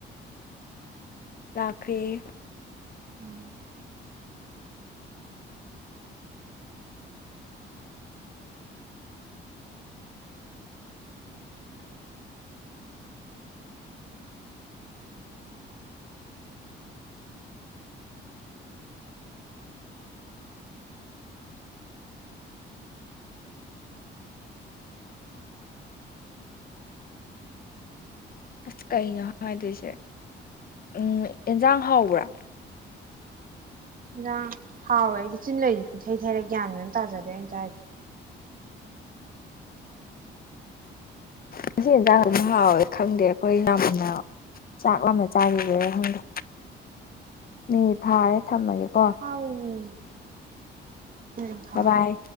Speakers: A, on the left; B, on the right.
A: ꯂꯥꯛꯈꯔ꯭ꯦꯌꯦ
B: ꯑꯝ
A: ꯑꯁ ꯀꯩꯅꯣ ꯍꯥꯏꯗꯣꯏꯁꯦ ꯎꯝ ꯑꯦꯟꯁꯥꯡ ꯍꯥꯎꯕ꯭ꯔꯥ
B: ꯍꯦꯟꯖꯥꯡ ꯍꯥꯎꯋꯦ ꯑꯩꯗꯤ ꯆꯤꯟ ꯂꯩꯁꯨ ꯄꯨꯡꯊꯩ ꯊꯩꯔꯦ ꯒ꯭ꯌꯥꯟ ꯃꯦꯟ ꯑꯝ ꯇꯥꯖꯗꯦ ꯑꯩꯅ ꯆꯥꯏꯗꯣ
A: ꯉꯁꯤ ꯌꯦꯟꯖꯥꯛ ꯑꯗꯨꯝ ꯍꯥꯎꯋꯦ ꯈꯪꯗꯦ ꯑꯩꯈꯣꯏ ꯌꯥꯝꯅ ꯆꯥꯛ ꯂꯥꯝꯅ ꯆꯥꯒꯤꯕꯩꯔ ꯈꯪꯗꯦ ꯃꯤꯅꯤꯠ ꯐꯥꯔꯦ ꯊꯝꯃꯒꯦꯀꯣ
B: ꯍꯥꯎꯋꯦꯃꯤ ꯎꯝ ꯊꯝꯃꯣ
A: ꯕ ꯕꯥꯏ